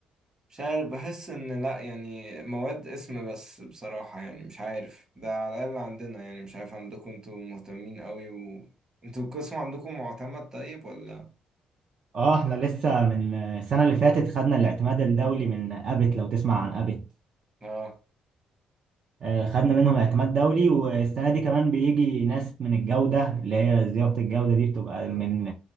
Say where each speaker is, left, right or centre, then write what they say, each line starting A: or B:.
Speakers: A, on the right (about 25°); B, on the right (about 50°).
A: مش عارف بحس ان لا يعني مواد اسم بس بصراحة يعني مش عارف ده على الاقل عندنا يعني مش عارف عندكم انتوا مهتمين قوي و انتوا القسم عندكم معتمد طيب ولا
B: اه احنا لسه من آه، السنه اللي فاتت خدنا الاعتماد الدولي من ابت لو تسمع عن ابت
A: اه
B: آه، خدنا منهم اعتماد دولي والسنه دي كمان بيجي ناس من الجوده اللي هي زياره الجوده دي بتبقى من